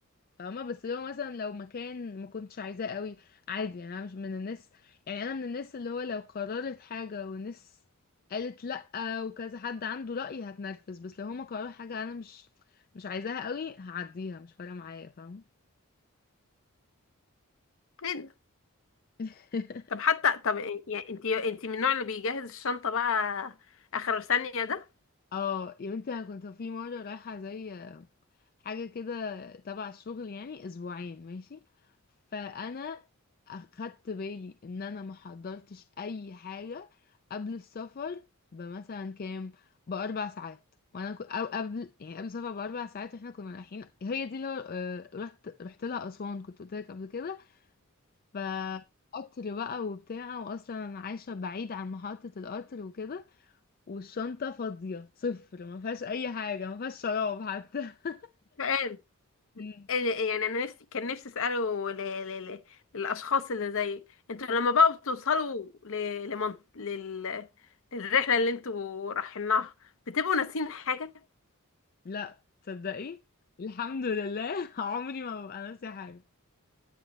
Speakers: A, on the left; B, on the left.
A: فاهمة بس لو مثلا لو مكان ما كنتش عايزاه قوي عادي يعني انا مش من الناس يعني انا من الناس اللي هو لو قررت حاجة والناس قالت لأ وكذا حد عنده رأي هتنرفز بس لو هما قرروا حاجة انا مش مش عايزاها قوي هعديها مش فارقة معايا فاهمة
B: هنا
A: <laughs>
B: طب حتى طب إيه- يعني انتي انتي من النوع اللي بيجهز الشنطة بقى اخر ثانية ده
A: اه يا بنتي انا كنت في مرة رايحة زي حاجة كده تبع الشغل يعني اسبوعين ماشي فانا اخدت بالي ان انا ما حضرتش اي حاجة قبل السفر بمثلا كام باربع ساعات وانا كنت او قبل يعني قبل السفر باربع ساعات واحنا كنا رايحين هي دي اللي هو- آه، رحت رحت لها اسوان كنت قلت لك قبل كده ف قطر بقى وبتاع واصلا انا عايشه بعيد عن محطه القطر وكده والشنطه فاضيه صفر ما فيهاش اي حاجه ما فيهاش شراب حتى <laughs>
B: امم
A: مم.
B: إيه، إيه، يعني انا نفسي كان نفسي اساله ل... ل... ل... للاشخاص اللي زيك انتوا لما بقى بتوصلوا ل... لمن... لل... للرحله اللي انتوا رايحين لها بتبقوا ناسيين حاجه
A: لا تصدقي الحمد لله <laughs> عمري ما ببقى ناسي حاجة